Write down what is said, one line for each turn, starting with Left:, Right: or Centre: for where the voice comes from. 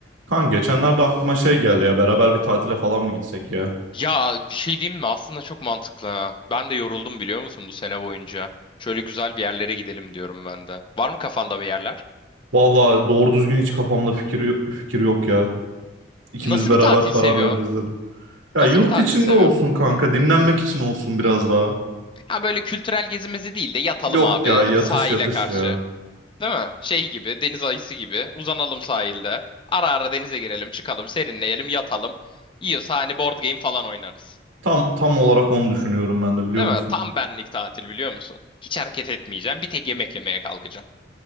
Right: Kan geçenlerde aklıma şey geldi ya beraber bir tatile falan mı gitsek ya?
Left: Ya bir şey diyeyim mi? Aslında çok mantıklı ha. Ben de yoruldum biliyor musun bu sene boyunca. Şöyle güzel bir yerlere gidelim diyorum ben de. Var mı kafanda bir yerler?
Right: Vallahi doğru düzgün hiç kafamda fikir, fikir yok ya. İkimiz
Left: Nasıl
Right: beraber
Left: bir tatil
Right: karar
Left: seviyorsun?
Right: veririz dedim. Ya
Left: Nasıl
Right: yurt
Left: bir tatil
Right: içinde
Left: seviyorsun?
Right: olsun kanka dinlenmek için olsun biraz daha.
Left: Ha böyle kültürel gezimizi değil de yatalım
Right: Yok
Left: abi
Right: ya yatış
Left: sahile
Right: yatış
Left: karşı.
Right: ya.
Left: Değil mi? Şey gibi, deniz ayısı gibi. Uzanalım sahilde. Ara ara denize girelim, çıkalım, serinleyelim, yatalım. Yiyorsa hani board game falan oynarız.
Right: Tam tam olarak onu düşünüyorum ben de biliyor
Left: Değil
Right: musun?
Left: mi? Tam benlik tatil biliyor musun? Hiç hareket etmeyeceğim. Bir tek yemek yemeye kalkacağım.